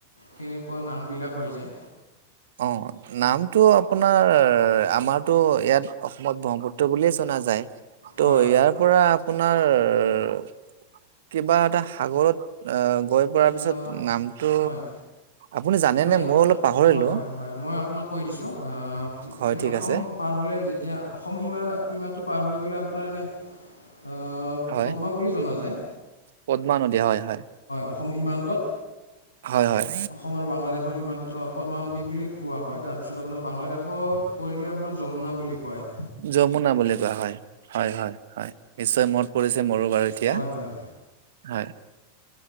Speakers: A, on the left; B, on the right.
A: কেনেকুৱা নাম বিলাক হৈ যায়
B: অঁ নামটো আপোনাৰ আমাৰতো ইয়াত অসমত ব্ৰহ্মপুত্ৰ বুলিয়ে জানে নাযায় ত
A: হয়
B: ইয়াৰ পৰা আপোনাৰ আপোনাৰ কিবা এটা সাগৰত গৈ পোৱা
A: আহ,
B: পিছত নামটো
A: হয়
B: আপুনি জানে
A: এনেই
B: নে মই
A: আপোনাৰ
B: অলপ পাহৰিলো
A: হয় হয় হয় মই আপোনাক কৈ দিছোঁ
B: হয়
A: মানে
B: ঠিক
A: অসম
B: আছে
A: পাৰ হ'লে যেতিয়া অসম সীমা সীমাটো পাৰ হৈ গ'লে আপোনাৰ এনে আহ,
B: হয়
A: পদ্মা বুলি জনা যায়
B: পদ্মা নদী হয়। হয়।
A: অসম সীমান্তত
B: হয় হয়
A: অসম আৰু বাংলাদেশৰ সীমান্তত পদ্মা নদী বুলি কোৱা হয় তাৰ পিছত আপোনাৰ বাংলাদেশত কৰিলে আপোনাৰ যমুনা বুলি কয়
B: যমুনা বুলি কোৱা হয় হয় হয় হয় নিশ্চয় মত পৰিছে মোৰো বাৰু এতিয়া
A: হয় হয়
B: হয়।